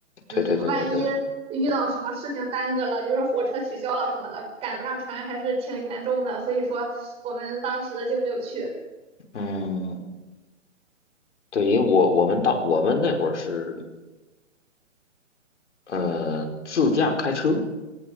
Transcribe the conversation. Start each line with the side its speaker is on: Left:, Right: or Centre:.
Left: 对对对对对，
Right: 嗯，万一遇到什么事情耽搁了，比如说火车取消了什么的，赶不上船还是挺严重的，所以说我们当时就没有去。
Left: 嗯对，因为我我们当我们那会儿是呃自驾开车，